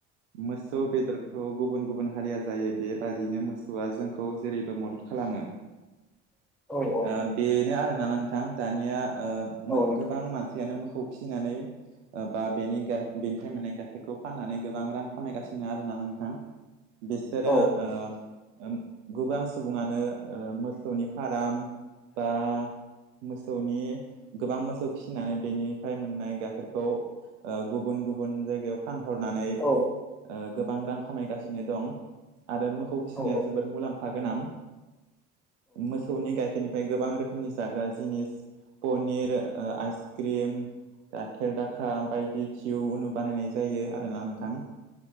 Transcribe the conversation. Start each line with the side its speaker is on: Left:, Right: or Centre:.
Right: मोसौ बेदर खौ गुबुन गुबुन हारिया जायो बेबादिनो मोसौआ जोंखौ जेरैबो मदद खालामो
Centre: <inaudible> औ
Right: ओ बेनो आरोना नोंथां दानिया ओ
Centre: औ नोंथां
Right: गोबां मान सियानो मोखौ फिनानै ओ बा बेनि गा बेनिफ्राय मोननाय खौ फाननानै गोबां रां खामायगासिनो नो आरोना नोंथां बिसोरो
Centre: औ
Right: ओ ओम गोबां सुबुङानो ओ मोसौनि फार्म बा मोसौनि गोबां मोसौ फिसिनानै बेनिफ्राय मोननाय गाइखेरखौ ओ गुबुन गुबुन जायगायाव फानहरनानै
Centre: औ
Right: ओ गोबां रां खामायगासिनो दं। आरो मोखौ फिसिनाया
Centre: औ नोंथां औ
Right: जोबोद मुलाम्फा गोनां। मोसौनि गाइखेरनिफ्राय गोबां रोखोमनि जाग्रा जिनिस पनिर ओ आइस क्रिम गाइाखेर दाखा बायदि खिउ उनु बानायनाय जायो आरोना नोंथां